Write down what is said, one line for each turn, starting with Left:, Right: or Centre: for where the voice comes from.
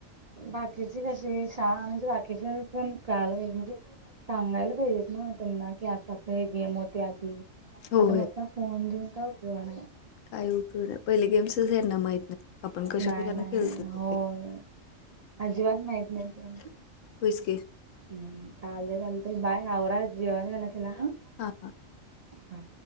Right: बाकीची कशी श म्हणजे बाकीच पण कळाला पाहिजे. म्हणजे सांगायला पाहिजेत. ना त्यांना की असं असं हे गेम होते आधी
Left: होय
Right: आता नुसता फोन देऊन काय उपयोग हाय
Left: काय उप नाही पहिले गेम्सच आहे ना माहित नाही. आपण कशा
Right: नाही
Left: कशाने
Right: नाही
Left: खेळतो
Right: होय अजिबात माहत नाही त्यां
Left: होयच की
Right: हम्म चालते चालते बाय आवरा जेवायला गेला तिला हा
Left: हां हां
Right: हा.